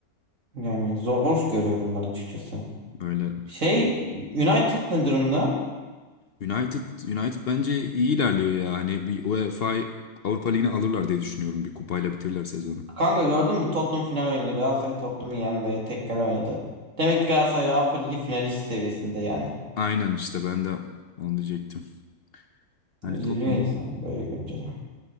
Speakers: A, on the right; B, on the left.
A: Yani zor görüyorum ben açıkçası.
B: Öyle.
A: Şey United ne durumda?
B: United United bence iyi ilerliyor ya. Hani bir UEFA Avrupa Ligi'ni alırlar diye düşünüyorum. Bir kupayla bitirirler sezonu.
A: Kanka gördün mü Tottenham final oynadı. Galatasaray Tottenham'ı yendi. Tek kale oynadı. Demek ki Galatasaray Avrupa Ligi finalist seviyesinde yani.
B: Aynen işte ben de onu diyecektim. Hani
A: Üzülüyor
B: Tottenham
A: insan böyle görünce de.